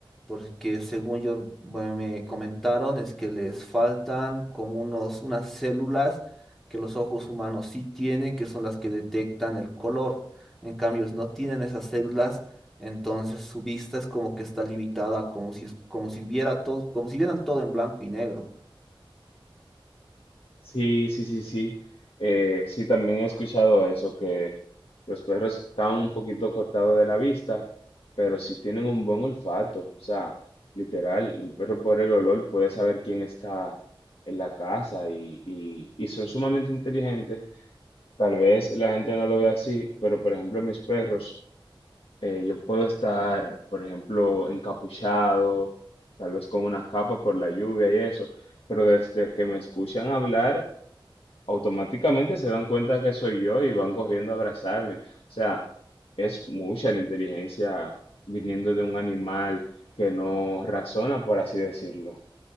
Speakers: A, in the centre; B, on the left.
A: porque según yo bueno, me comentaron es que les faltan como unos unas células que los ojos humanos sí tienen, que son las que detectan el color. En cambio, no tienen esas células. Entonces su vista es como que está limitada, como si, es- como si viera todo, como si vieran todo en blanco y negro.
B: Sí, sí, sí, sí. Eh, sí, también he escuchado eso, que los perros están un poquito cortados de la vista, pero sí tienen un buen olfato. O sea, literal, el perro por el olor puede saber quién está en la casa y, y y son sumamente inteligentes Tal vez la gente no lo ve así, pero por ejemplo mis perros, eh, yo puedo estar, por ejemplo, encapuchado, tal vez con una capa por la lluvia y eso, pero desde que me escuchan hablar, automáticamente se dan cuenta que soy yo y van corriendo a abrazarme. O sea, es mucha la inteligencia viniendo de un animal que no razona, por así decirlo.